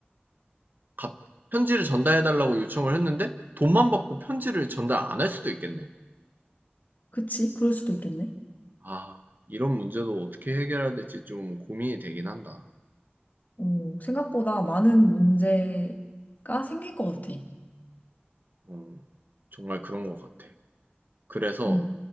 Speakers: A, on the right (about 50°); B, on the left (about 45°).
A: 갑- 편지를 전달해달라고 요청을 했는데 돈만 받고 편지를 전달 안 할 수도 있겠네.
B: 그치? 그럴 수도 있겠네.
A: 아, 이런 문제도 어떻게 해결해야 될지 좀 고민이 되긴 한다.
B: 오, 생각보다 많은 문제가 생길 것 같아.
A: 어, 정말 그런 것 같아. 그래서
B: 음.